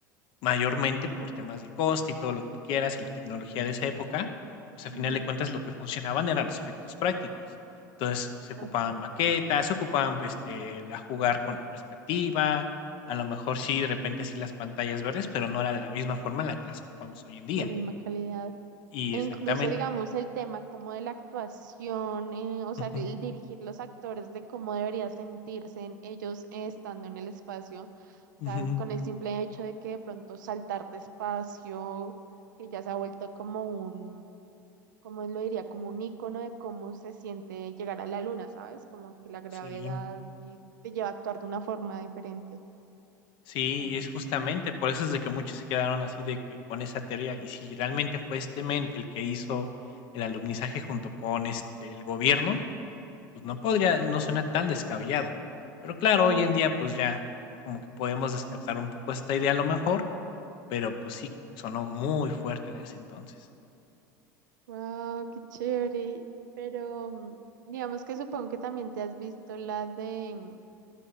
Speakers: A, on the left; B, on the right.
A: mayormente por temas de coste y todo lo que tú quieras y la tecnología de esa época, pues a final
B: ujú,
A: de cuentas lo que funcionaban eran los efectos prácticos. Entonces se ocupaban
B: claro,
A: maquetas, se ocupaban pues, este, la jugar con la perspectiva, a lo mejor sí, de repente sí las pantallas verdes, pero no era de la misma forma en la que las ocupamos hoy en día.
B: la misma calidad.
A: Y
B: E
A: exactamente.
B: incluso, digamos, el tema como de la actuación, eh, o sea,
A: Ujú.
B: el dirigir los actores de cómo debería sentirse en ellos eh, estando en el espacio,
A: Ujú.
B: o sea, con el simple hecho de que de pronto saltar de espacio, que ya se ha vuelto como un, como lo diría? Como un icono de cómo se siente llegar a la luna, ¿sabes? Como que la gravedad
A: Sí,
B: y te lleva a actuar de una forma diferente.
A: sí,
B: Mm,
A: y es justamente por eso es de que muchos se quedaron así de que con esa teoría. Y si realmente fue este men el que hizo el alumnizaje junto con este el gobierno, pues no podría, no suena tan descabellado. Pero claro,
B: claro.
A: hoy en día, pues ya como que podemos descartar un poco esta idea a lo mejor, pero pues sí sonó muy fuerte en ese entonces.
B: Wow, qué chévere. Pero mm, digamos que supongo que también te has visto la de, mm,